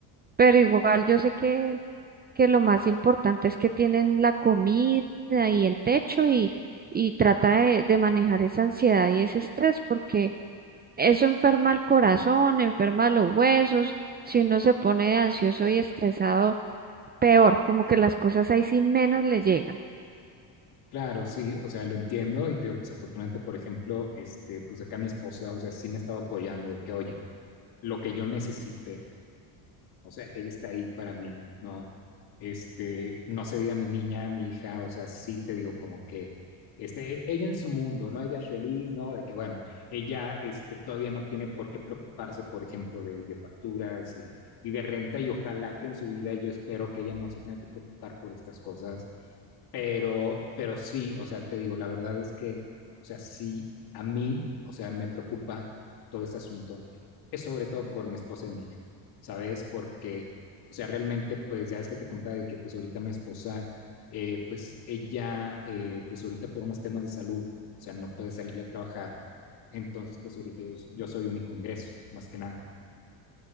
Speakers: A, on the right; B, on the left.
A: pero igual yo sé que que lo más importante es que tienen la comida y el techo y, y trata de, de manejar esa ansiedad y ese estrés, porque eso enferma el corazón, enferma los huesos, si uno se pone ansioso y estresado, peor, como que las cosas ahí sí menos le llegan.
B: claro, sí, o sea, lo entiendo y te digo, pues afortunadamente, por ejemplo, este, pues acá mi esposa, o sea, sí me ha estado apoyando de que, oye, lo que yo necesite O sea, ella está ahí para mí, ¿no? Este, no se diga mi niña, mi hija, o sea, sí te digo como que, este, ella en su mundo, ¿no? Ella feliz, ¿no? De que, bueno, ella, este, todavía no tiene por qué preocuparse, por ejemplo, de, de facturas y, y de renta, y ojalá que en su vida yo espero que ella no se tenga que preocupar por estas cosas pero, pero sí, o sea, te digo, la verdad es que, o sea, sí, a mí, o sea, me preocupa todo este asunto. Es sobre todo por mi esposa y mi hija, ¿sabes? Porque, o sea, realmente, pues ya es que te contaba de que, pues ahorita mi esposa, eh, pues ella, eh, pues ahorita por unos temas de salud, o sea, no puede salir a trabajar. Entonces, pues ahorita yo, yo soy único ingreso, más que nada.